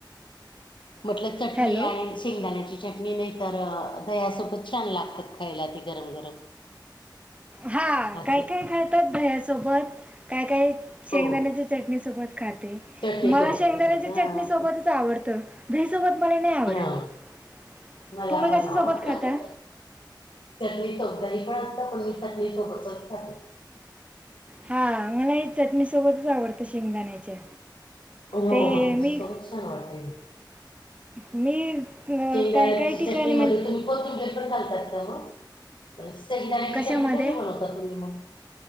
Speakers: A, on the left (about 85°); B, on the right (about 15°).
A: म्हटलं चटणी
B: हॅलो?
A: आणि शेंगदाण्याची चटणी नाही तर दहयासोबत. छान लागतात खायला ते गरम गरम.
B: हा
A: असं
B: काय काय खातात दह्यासोबत. काय काय शेंगदाण्याच्या
A: हो
B: चटणी सोबत खाते.
A: चटणी
B: मला
A: सोबत
B: शेंगदाण्याच्या
A: खातात हा
B: चटणी सोबतच
A: तेच
B: आवडत. दह्यासोबत मला नाही आवडत
A: हा मला
B: तुम्ही
A: पण
B: कश्या
A: आवडतं
B: सोबत खाता?
A: चटणी सौदानी पण असलं पण मी खात नाही <unintelligible> सोबतच खाते.
B: हा मला ही चटणी सोबतच आवडतं शेंगदाण्याच्या.
A: हो हो
B: ते
A: तेच्या
B: मी
A: सोबत छान वाटते.
B: मी अं,
A: शेंगदाण्याच्या
B: काय काय ठिकाणी
A: चटणीमध्ये
B: म्हण
A: तुम्ही कोंथीबिर पण घालतात का म शेंगदाण्याची
B: कशामध्ये
A: चटणी कशी बनवता तुम्ही मग?